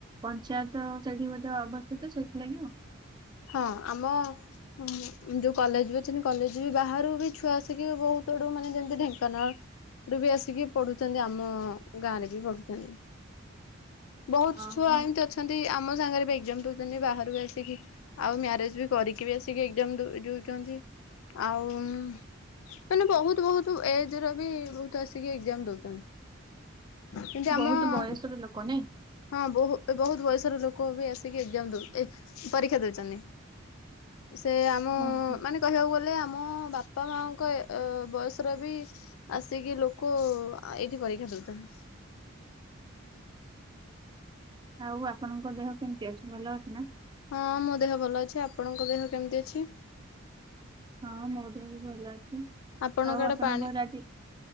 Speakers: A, on the right (about 20°); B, on the left (about 80°).
A: ପଞ୍ଚାୟତ ସେଠି ମଧ୍ୟ ଅବସ୍ଥିତ ସେଇଥିଲାଗି ଆଉ।
B: ହଁ ଆମ ହଁ ଯୋଉ କଲେଜବି ଅଛନ୍ତି କଲେଜବି ବାହାରୁବି ଛୁଆ ଆସିକି ବହୁତ୍ ଆଡ଼ୁ ମାନେ ଯେମିତି ଢେଙ୍କାନାଳ ଏବେବି ଆସିକି ପଢୁଛନ୍ତି ଆମ ଗାଁରେ ବି ପଢୁଛନ୍ତି। ବହୁତ୍
A: ଓହୋ
B: ଛୁଆ ଏମିତି ଅଛନ୍ତି ଆମ ସାଙ୍ଗରେବି ଏକ୍ଜାମ୍ ଦଉଛନ୍ତି ବାହାରୁ ଆସିକି। ଆଉ ମ୍ୟାରେଜବି କରିକିବି ଆସିକି ଏକ୍ଜାମ ଦ ଦଉଚନ୍ତି ଆଉ ମାନେ ବହୁତ୍ ବହୁତ୍ ଏଜ୍ ରେବି ବହୁତ୍ ଆସିକି ଏକ୍ଜାମ୍ ଦଉଚନ୍ତି। କିନ୍ତୁ ଆମ
A: ବହୁତ
B: ହଁ
A: ବୟସର ଲୋକ ନାଇଁ
B: ବହୁ ବହୁତ୍ ବୟସର ଲୋକବି ଆସିକି ଏକ୍ଜାମ୍ ଏ ଦଉ ପରୀକ୍ଷା ଦଉଚନ୍ତି। ସେ ଆମ
A: ଓହୋ।
B: ମାନେ କହିବାକୁ ଗଲେ ଆମ ବାପା ମାଆଙ୍କ ଅ ବୟସର ବି ଆସିକି ଲୋକ ଆ ଏଇଠି ପରୀକ୍ଷା ଦଉଚନ୍ତି।
A: ଆଉ ଆପଣଙ୍କ ଦେହ କେମିତି ଅଛି ଭଲ ଅଛି ନା?
B: ହଁ ମୋଦେହ ଭଲ ଅଛି ଆପଣଙ୍କ ଦେହ କେମିତି ଅଛି?
A: ହଁ ମୋ ଦେହବି ଭଲ ଅଛି।
B: ଆପଣଙ୍କ
A: ଆଉ
B: ଆଡେ
A: ଆପଣଙ୍କର
B: ପାଣି
A: ଆଜି